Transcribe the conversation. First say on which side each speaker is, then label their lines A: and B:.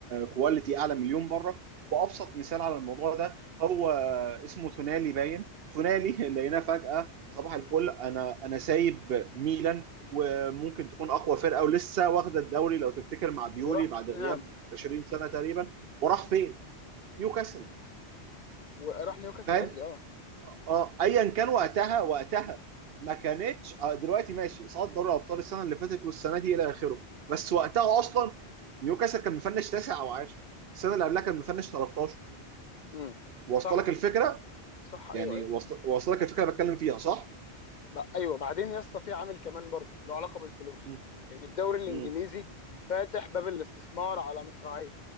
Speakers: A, on the right (about 65°); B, on the left (about 55°).
A: كواليتي اعلى مليون بره وابسط مثال على الموضوع ده هو اسمه تونالي باين تونالي <laughs> لقيناه فجاه صباح الفل انا انا سايب ميلان وممكن تكون اقوى فرقه ولسه واخده الدوري لو تفتكر مع بيولي
B: وراح
A: بعد
B: توتنهام
A: غياب 20 سنه تقريبا وراح فين؟ نيوكاسل
B: وراح نيوكاسل
A: فاهم
B: قصدي اه
A: اه ايا كان وقتها وقتها ما كانتش آه، دلوقتي ماشي اصابه دوري الابطال السنه اللي فاتت والسنه دي الى اخره بس وقتها اصلا نيوكاسل كان مفنش تاسع او عاشر السنه اللي قبلها كان مفنش 13
B: مم.
A: واصله
B: صح
A: لك الفكره
B: صح ايوه
A: يعني
B: ايوه
A: واصله واصلة لك الفكره اللي بتكلم فيها صح؟
B: ب... ايوه بعدين يا اسطى في عامل كمان برضه له علاقه بالفلوس
A: مم.
B: ان الدوري الانجليزي
A: مم.
B: فاتح باب الاستثمار على مصراعيه